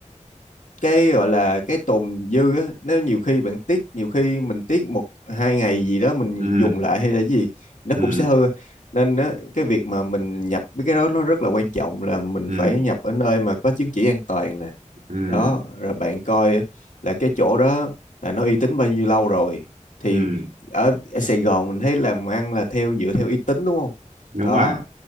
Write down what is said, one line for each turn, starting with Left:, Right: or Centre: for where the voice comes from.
Left: cái gọi là cái tồn dư á nếu nhiều khi bạn tiếc nhiều khi mình tiếc một hai ngày gì đó mình
Right: ừ
Left: dùng lại hay là gì nó
Right: ừ
Left: cũng sẽ hư nên á, cái việc mà mình nhập mấy cái đó nó rất là quan trọng là mình
Right: ừ
Left: phải
Right: ừ
Left: nhập ở nơi mà có chứng chỉ an toàn nè
Right: ừ
Left: đó rồi bạn coi là cái chỗ đó là nó uy tín bao nhiêu lâu rồi thì
Right: ừ,
Left: ở, ở Sài Gòn mình thấy làm ăn là theo dựa theo uy tín đúng không
Right: đúng
Left: đó
Right: rồi